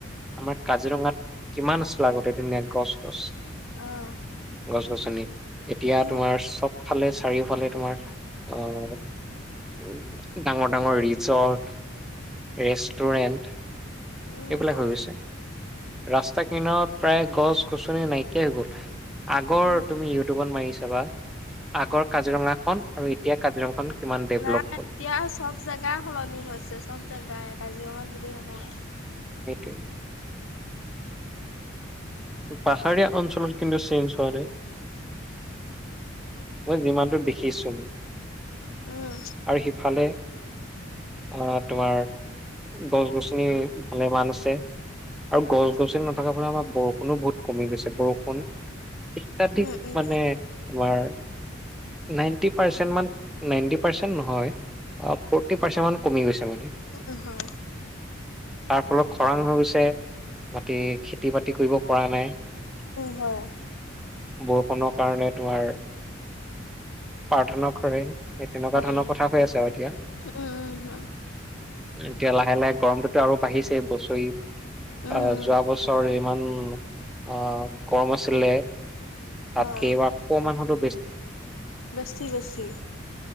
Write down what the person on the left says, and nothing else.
অ',
উম,
উম,
উম,
হয়,
উম।
নাই এতিয়া
চব জেগাই সলনি হৈছে চব জেগাই কাজিৰঙাত বুলি নহয়।
উম,
উম,
উম, উম,
উম হয়,
উম হয়।
হয়,
হয়,
উম, উম, হয়।
উম,
হয়
বেছি বেছি।